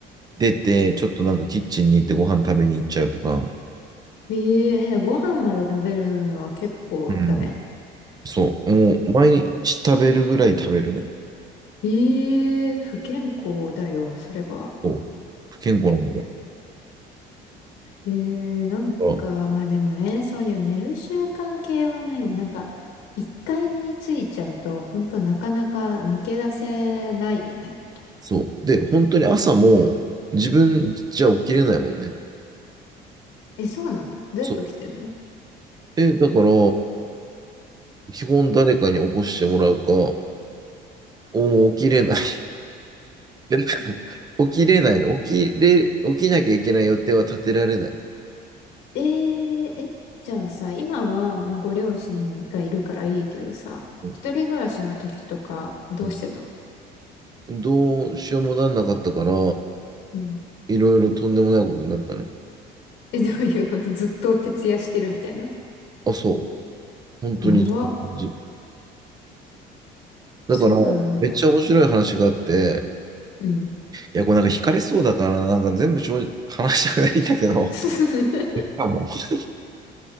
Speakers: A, on the right (about 20°); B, on the left (about 80°).
A: 出て、ちょっとなんかキッチンに行ってご飯食べに行っちゃうとか、
B: ええご飯まで食べるのは結構だね。
A: うんそう、もう毎日食べるぐらい食べるね。
B: ええ不健康だよ、それは。
A: そう。不健康なんだよ。
B: ええなんか、
A: あ
B: まあでもね、そういう寝る習慣系はね、なんか、一回身についちゃうと、ほんとなかなか抜け出せないよね。
A: そう。で、本当に朝も自分じゃ起きれないもんね。
B: え、そうなのどうやって起きてんの
A: そう。え、だから、基本誰かに起こしてもらうか、お起きれない。<laughs> だから起きれないの。起きれ、起きなきゃいけない予定は立てられない。
B: えー、え、じゃあさ、今は、まあ、ご両親がいるからいいけどさ、
A: うん
B: 一人暮らしの時とか、どうしてたの
A: うんどうしようもなんなかったから、
B: うん。
A: いろいろとんでもないことになったね。
B: え、どういうことずっと徹夜してるみたいな
A: あ、そう。本当にそんな感じ。
B: やば。
A: だから、
B: そうなんだ。
A: めっちゃ面白い話があって、
B: うん。
A: いや、これなんか惹かれそうだから、なんか全部正直話したくないんだけど、
B: <laughs>
A: <laughs>